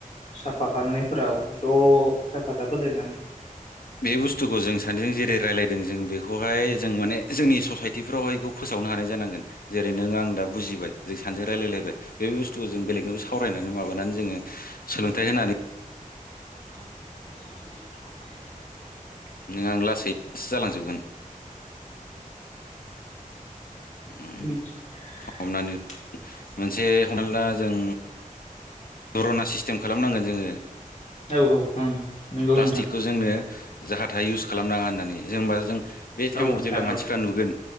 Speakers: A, on the left; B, on the left.
A: साफा खालामनायफोराव ज' हेफाजाब होलायनानै
B: बे बुस्थुखौ जों सानैजों जेरै रायजलायदों जों बेखौहाय जों माने जोंनि ससायटिफ्रावहाय बेखौ फोसावनो हानाय जानांगोन जेरै नों आं दा बुजिबाय जों सानैजों रायज्लायलायबाय। बे बुस्थुखौ जों बेलेगनो सावरायनानै माबानानै जोङो सोलोंथाइ होनानै
A: <unintelligible>
B: नों आं लासैसो जालांजोबगोन। उम,
A: बि मिथि <unintelligible>
B: हमनानै मोनसे हमनानै ला जों दुरना सिस्टेम खालामनांगोन जोङो।
A: औ ओं नंगौ
B: प्लास्टिकखौ
A: नोंथां
B: जोंनो जाहा थाहा इउस खालामनााङा होननानै जों होनबा जों बे टाइमाव
A: औ नोंथां
B: जेब्ला मानसिफ्रा
A: औ
B: नुगोन